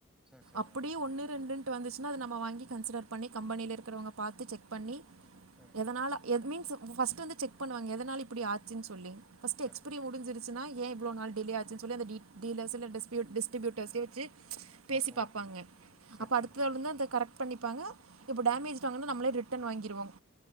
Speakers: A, in the centre; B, on the right.
A: சரி, சரி
B: அப்டியே
A: மேடம். சரி,
B: ஒன்னு ரெண்டுனு ட்டு வந்துச்சுன்னா அது நம்ம வாங்கி கன்சிடர் பண்ணி கம்பெனில் இருக்கறவங்க பாத்து செக் பண்ணி
A: சரி மேடம்.
B: எதனால எது மீன்ஸ் ஃபர்ஸ்ட் வந்து செக் பண்ணுவாங்க எதனால இப்டி ஆச்சுன் சொல்லி் ஃபர்ஸ்ட்
A: சரி
B: எக்ஸ்பைரி
A: மேடம்.
B: முடிஞ்ச்சிருச்சுன்னா ஏன் இவ்ளோ நாள் டிலே ஆச்சுனு சொல்லி அந்த டீலர்ஸ் இல்ல டிஸ்டிபியூட்டர்ஸே வெச்சு பேசி
A: ஓகே,
B: பாப்பாங்க
A: ஓகே மேம். சரி,
B: அப்ப அடுத்தொளந்து
A: சரி மேடம்.
B: அந்த கரெக்ட் பண்ணிப்பாங்க இப்ப டேமேஜ்டு வாங்னா நம்ளே ரிட்டர்ன் வாங்கிருவோங்